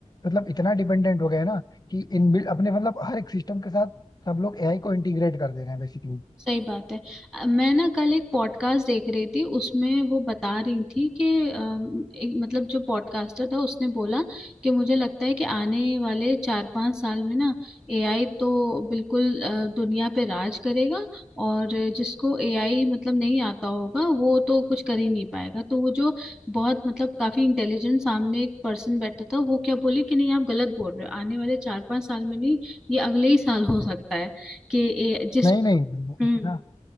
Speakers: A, on the left; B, in the centre.
A: मतलब इतना डिपेंडेंट हो गए हैं ना कि इनबिल्ट अपने मतलब हर एक सिस्टम के साथ सब लोग एआई को इंटीग्रेट कर दे रहे हैं बेसिकली
B: सही बात है अ, मैं ना कल एक पॉडकास्ट देख रही थी उसमें वो बता रही थी कि अम, एक मतलब जो पॉडकास्टर था उसने बोला कि मुझे लगता है कि आने वाले चार पांच साल में ना एआई तो बिल्कुल अ, दुनिया पे राज करेगा और जिसको एआई मतलब नहीं आता होगा वो तो कुछ कर ही नहीं पाएगा तो वो जो बहुत मतलब काफी इंटेलिजेंट सामने एक पर्सन बैठा था वो क्या बोले कि नहीं आप गलत बोल रहे हो आने वाले चार पांच साल में नहीं ये अगले ही साल हो सकता है कि ए- जिस
A: नहीं नहीं नहीं,
B: हम्म
A: इतना